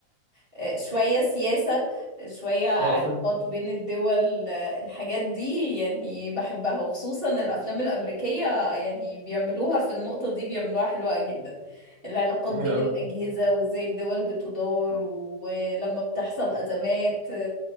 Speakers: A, on the right (about 30°); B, on the right (about 85°).
A: آه، شوية سياسة شوية علاقات
B: اه فاهم
A: بين الدول آه، الحاجات دي يعني بحبها وخصوصا الأفلام الأمريكية يعني بيعملوها في النقطة دي بيعملوها حلوة جدا العلاقات بين
B: حلو قوي
A: الأجهزة وإزاي الدول بتدار ولما بتحصل أزمات